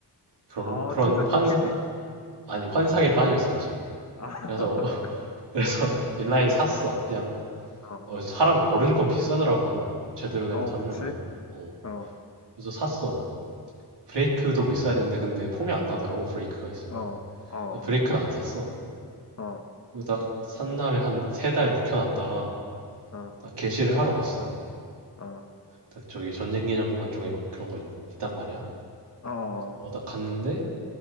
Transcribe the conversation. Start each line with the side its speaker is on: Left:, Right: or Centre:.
Right: 그런,
Left: 아,
Right: 그런
Left: 진짜 그렇게
Right: 환상,
Left: 해?
Right: 아니, 환상에 빠져 있었지.
Left: 아, <laughs>
Right: 그래서, <laughs>
Left: 그래.
Right: 그래서
Left: 어,
Right: 인라인을 샀어. 그냥,
Left: 어,
Right: 어, 사람, 어른 건 비싸더라고. 제대로 된
Left: 어,
Right: 거 사려면.
Left: 그치.
Right: 어,
Left: 어,
Right: 그래서 샀어. 브레이크도 뭐 있어야 되는데 근데 폼이 안 나더라고 브레이크가 있으면
Left: 어, 어,
Right: 그래서 브레이크는 안 샀어
Left: 어,
Right: 그리고 딱산 다음에 한 세 달 묵혀놨다가
Left: 어,
Right: 딱 개시를 하러 갔어
Left: 어,
Right: 딱 저기 전쟁기념관 쪽에 막 그런 거 있, 단 말이야
Left: 어,
Right: 어 딱 갔는데